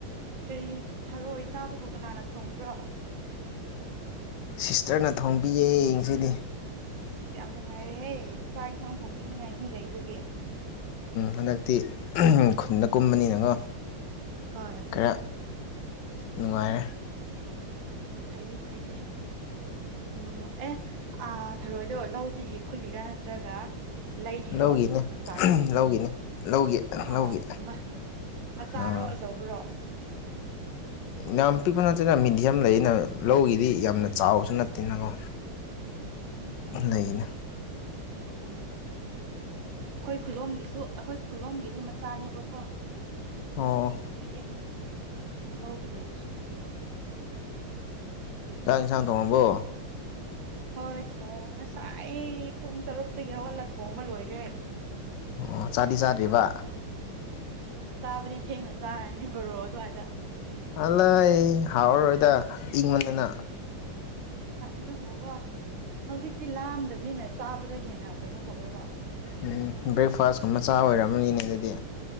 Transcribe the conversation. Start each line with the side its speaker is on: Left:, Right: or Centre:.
Right: ꯀꯔꯤ ꯊꯔꯛꯑꯣ ꯆꯥꯕꯐꯥꯎ ꯀꯅꯥꯅ ꯊꯣꯡꯕ꯭ꯔꯣ
Left: ꯁꯤꯁꯇꯔꯅ ꯊꯣꯡꯝꯕꯤꯌꯦ ꯌꯦꯡꯁꯤꯗꯤ
Right: ꯑꯁ ꯌꯥꯝ ꯅꯨꯡꯉꯥꯏꯔꯦꯍꯦ ꯆꯥꯛ ꯏꯟꯁꯥꯡ ꯊꯣꯡꯕꯤꯅꯉꯥꯏꯕꯤ ꯂꯩꯕꯒꯤ
Left: ꯍꯟꯗꯛꯇꯤ ꯈꯨꯟꯗ ꯀꯨꯝꯕꯅꯤꯅꯉꯣ
Right: ꯍꯣꯏ
Left: ꯈꯔ ꯅꯨꯡꯉꯥꯏꯔꯦ
Right: ꯐꯩꯌꯦ ꯐꯩꯌꯦ ꯅꯨꯡ ꯑꯦ ꯊꯔꯣꯏꯗꯣ ꯂꯧꯗꯤ ꯈꯨꯜꯂꯤꯔꯥ ꯅꯠꯇ꯭ꯔꯒ ꯂꯩꯔꯤꯔꯣ
Left: ꯂꯧꯒꯤꯅꯦ
Right: ꯗꯨꯀꯥꯟꯗꯒꯤ
Left: ꯂꯧꯒꯤꯅꯦ ꯂꯧꯒꯤ
Right: ꯍꯥꯎ
Left: ꯂꯧꯒꯤ
Right: ꯑꯃ ꯃꯆꯥꯔꯣ
Left: ꯑꯥ
Right: ꯑꯆꯧꯕꯔꯣ
Left: ꯌꯥꯝ ꯄꯤꯛꯄ ꯅꯠꯇꯦꯅ ꯃꯤꯦꯗꯤꯌꯝ ꯂꯩꯅ ꯂꯧꯒꯤꯗꯤ ꯌꯥꯝꯅ ꯆꯥꯎꯕꯁꯨ ꯅꯠꯇꯦꯅꯀꯣ
Right: ꯎꯝ
Left: ꯂꯩꯅ
Right: ꯎꯝ ꯑꯩꯈꯣꯏ ꯈꯨꯂꯣꯝꯒꯤꯁꯨ ꯑꯩꯈꯣꯏ ꯈꯨꯂꯣꯝꯒꯤꯗꯤ ꯃꯆꯥꯅꯦꯕꯀꯣ
Left: ꯑꯣ
Right: ꯄꯤꯛꯑꯦ ꯂꯧꯒꯤ ꯂꯩꯔꯁꯨ
Left: ꯆꯥꯛ ꯏꯟꯁꯥꯡ ꯊꯣꯡꯃꯕꯣ
Right: ꯍꯣꯏ ꯊꯣꯡ ꯉꯁꯥꯏ ꯑꯩ ꯄꯨꯡ ꯇꯔꯨꯛꯇꯒꯤ ꯍꯧꯒꯠꯂ ꯊꯣꯡꯕ ꯂꯣꯏꯈ꯭ꯔꯦ
Left: ꯑꯣ ꯆꯥꯗꯤ ꯆꯥꯗ꯭ꯔꯤꯕ
Right: ꯆꯥꯕꯗꯤ ꯊꯦꯡꯅꯅ ꯆꯥꯔꯅꯤ ꯕꯣꯔꯣ ꯑꯗꯨꯋꯥꯏꯗ
Left: ꯑꯜ ꯂꯩ ꯍꯥꯎꯔꯔꯣꯏꯗ ꯏꯪꯕꯅꯤꯅ
Right: ꯍ ꯑꯗꯨꯕꯨꯀꯣ ꯍꯧꯖꯤꯛꯤ ꯂꯥꯝꯗꯕꯅꯤꯅ ꯆꯥꯕꯗꯣ ꯍꯦꯟꯅ ꯀꯩꯅꯣ ꯇꯧꯋꯦꯕ
Left: ꯎꯝ ꯕ꯭ꯔꯦꯛꯐꯥꯁꯀꯨꯝꯕꯆꯥ ꯑꯣꯏꯔꯝꯔꯕꯅꯤꯅꯦ ꯑꯗꯨꯗꯤ